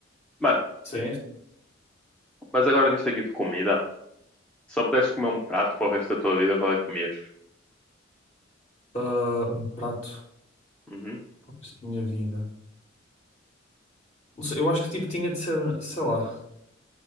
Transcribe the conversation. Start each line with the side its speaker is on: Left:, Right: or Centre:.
Centre: Mano,
Left: Sim.
Centre: mas agora nisto aqui de comida. Se só pudesses comer um prato para o resto da tua vida, qual é que comias?
Left: Ah, um prato
Centre: Uhum,
Left: para o resto da minha vida. Não sei, eu acho que tipo tinha de ser, sei lá.